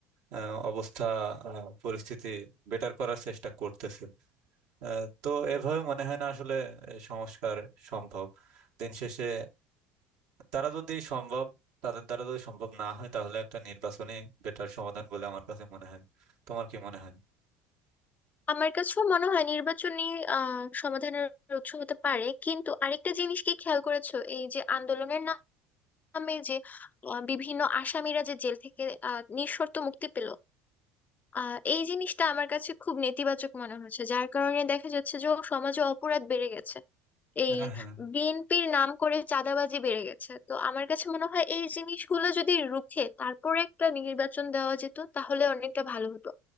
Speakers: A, on the right; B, on the left.
A: আহ, অবস্থা আহ, পরিস্থিতি বেটার করার চেষ্টা করতেছে আহ, তো এভাবে মনে হয় না আসলে এই সংস্কার সম্ভব দিন শেষে তারা যদি সম্ভব তাদের দ্বারা যদি সম্ভব না হয় তাহলে একটা নির্বাচনী বেটার সমাধান বলে আমার কাছে মনে হয় তোমার কি মনে হয়
B: আমার কাছেও মনে হয় নির্বাচনী আহ সমাধানের উৎস হতে পারে কিন্তু আরেকটা জিনিস কি খেয়াল করেছো এই যে আন্দোলনের নামে যে আহ, বিভিন্ন আসামিরা যে জেল থেকে আহ নিঃশর্ত মুক্তি পেল আহ এই জিনিসটা আমার কাছে খুব নেতিবাচক মনে হচ্ছে যার কারণে দেখা যাচ্ছে যে সমাজে অপরাধ বেড়ে গেছে এই
A: হ্যাঁ হ্যাঁ
B: বিএনপির নাম করে চাঁদাবাজি বেড়ে গেছে তো আমার কাছে মনে হয় এই জিনিসগুলো যদি রুখে তারপরে একটা নির্বাচন দেওয়া যেত তাহলে অনেকটা ভালো হতো